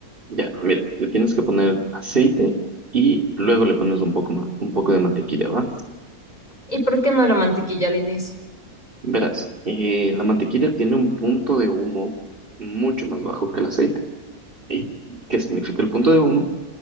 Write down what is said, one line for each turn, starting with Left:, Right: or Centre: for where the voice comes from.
Right: Ya, mira, le tienes que poner aceite y luego le pones un poco, ma- un poco de mantequilla, ¿va?
Left: ¿Y por qué no la mantequilla al inicio?
Right: Verás, eh, la mantequilla tiene un punto de humo mucho más bajo que el aceite. ¿Y qué significa el punto de humo?